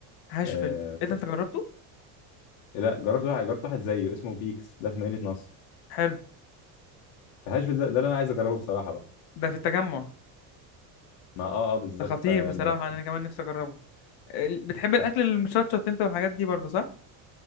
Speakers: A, on the left; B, on the left.
A: هاشفل
B: آه، ف...
A: ايه ده انت جربته
B: لا جربت واحد جربت واحد زيه اسمه بيكس ده في مدينة نصر
A: حلو
B: فهاشفيل ده, ده اللي انا عايز اجربه بصراحه بقى
A: ده في التجمع
B: ما اه اه بالظبط
A: ده خطير
B: فما
A: بصراحه
B: رحت
A: انا كمان نفسي اجربه ال- بتحب الاكل
B: ف-
A: المشطشط انت والحاجات دي برضه صح